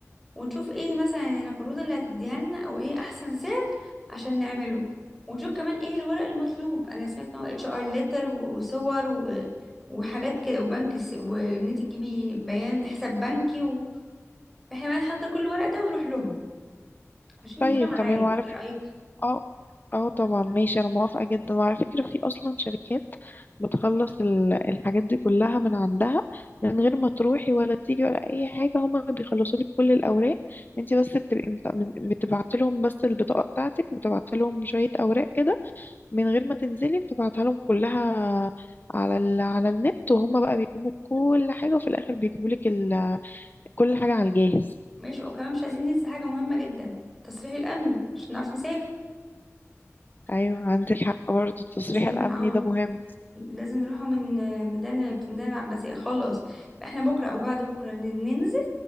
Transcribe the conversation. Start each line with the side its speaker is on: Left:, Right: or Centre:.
Centre: ونشوف ايه مثلا العروض اللي هتديها لنا او ايه احسن سعر عشان نعمله ونشوف كمان ايه الورق المطلوب انا سمعت ان هو اتش ار ليتر وصور و... وحاجات كده وبنك س... وان انت تجيبي بيان حساب بنكي و... فاحنا بقى نحضر كل الورق ده ونروح لهم عشان
Left: طيب
Centre: يدونا ميعاد
Left: تمام وعارف
Centre: ايه رأيك
Left: اه اه طبعا ماشي انا موافقة جدا وعلى فكرة في اصلا شركات بتخلص ال- الحاجات دي كلها من عندها من غير ما تروحي ولا تيجي ولا اي حاجة هما بيخلصوا لك كل الاوراق انت بس بتبقي بتبعتي لهم بس البطاقة بتاعتك وتبعتي لهم شوية اوراق كده من غير ما تنزلي بتبعتها لهم كلها على ال... على النت وهما بقى بيقوموا بكل حاجة وفي الاخر بيجيبوا لك ال... كل حاجة على الجاهز
Centre: ماشي وكمان مش عايزين ننسى حاجة مهمة جدا التصريح الامني عشان نعرف نسافر
Left: ايوه عندك حق برضه التصريح
Centre: لازم نروح
Left: الامني
Centre: اه
Left: ده مهم
Centre: لازم نروحوا من ميدان في ميدان العباسية خلاص يبقى احنا بكرة او بعد بكرة ننزل